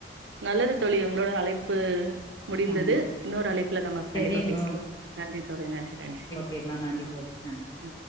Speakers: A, on the right; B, on the left.
A: நல்லது தோழி உங்களோட அழைப்பு முடிந்தது
B: ஆமா.
A: இன்னொரு அழைப்புல நம்ம
B: சரிங்க
A: கண்டிப்பா பேஸ்லா நன்றி தோழி நன்றி நன்றி
B: பேஸ்லா நன்றி தோழி நன்
A: அ